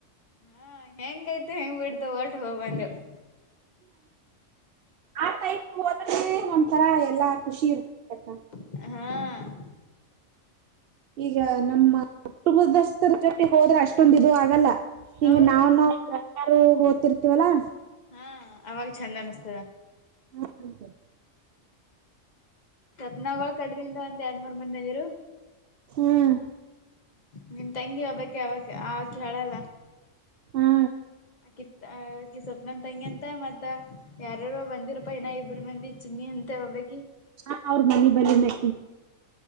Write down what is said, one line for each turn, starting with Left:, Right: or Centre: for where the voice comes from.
Left: ಹಾ ಹೆಂಗಯ್ತು ಹೆಂಗ್ ಬಿಡ್ತ ಹೊರ್ಟ ಹೋಗ್ ಬಂದೆವು.
Right: ಆ ಟೈಪ್ ಹೋದ್ರೆ ಒಂಥರಾ ಎಲ್ಲಾ ಖುಷಿ ಇರ್ತಕ್ಕ
Left: ಹಾ
Right: ಈಗ ನಮ್ಮ ಕುಟುಂಬದಸ್ಥರ ಜೊತೆ ಹೋದ್ರೆ ಅಷ್ಟೊಂದ ಇದು ಆಗಲ್ಲ ಹಿಂಗ
Left: ಹೌದು
Right: ನಾವ್ ನ ಓತಿರ್ತಿವಲ್ಲಾ
Left: ಹಾ ಅವಾಗ ಚಂದ್ ಅನಿಸಸ್ತದ
Right: ಹ್ಮ ಹ್ಮ
Left: ತಪ್ನಗಳು ಕಡದಿಂದ ಒಂದ್ ಎರಡ್ ಮೂರ್ ಮಂದಿ ಮಂದಿರು
Right: ಹ್ಮ್
Left: ನಿಮ ತಂಗಿ ಹೋಗಬಕ್ಕೆ ಅವಕ ಆ ಹೇಳಲ್ಲ
Right: ಹಾ
Left: ಆ ಕಿತ್ ಆ ಕಿ ಸ್ವಪ್ನಂ ತಂಗಿ ಅಂತ ಮತ್ತೆ ಮತ್ತ ಯಾರಾರ ಬಂದಿರ ಪ ನ ಇಬ್ಬರು ಮಂದಿ ಚಿನ್ನಿ ಅಂತೆ ಹೋಗ್ಕಿ
Right: ಹಾ ಅವ್ರ ಮನೆ ಬಲ್ಲನಕ್ಕಿ